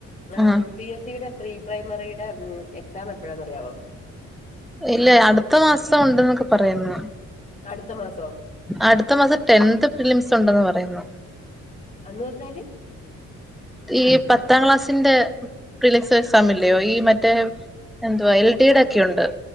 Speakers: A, on the left; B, in the centre.
A: ആ
B: ആഹ്
A: പി എസ് സിയുടെ പ്രീ പ്രൈമറിയുടെ എക്സാം എപ്പോഴാന്ന് അറിയാവോ?
B: ഇല്ല അടുത്ത മാസം ഉണ്ട് എന്നൊക്കെ പറയുന്നു.
A: അടുത്ത മാസോ?
B: അടുത്ത മാസം ടെൻത് ഫിലിംസ് ഉണ്ടെന്ന് പറയുന്നു.
A: അന്ന് പറഞ്ഞാല്
B: ഈ പത്താം ക്ലാസ്സിന്റെ പ്രിലിസ് എക്സാം ഇല്ലയോ ഈ മറ്റേ എന്ത്വാ എൽ ഡി ടെ ഒക്കെണ്ട്.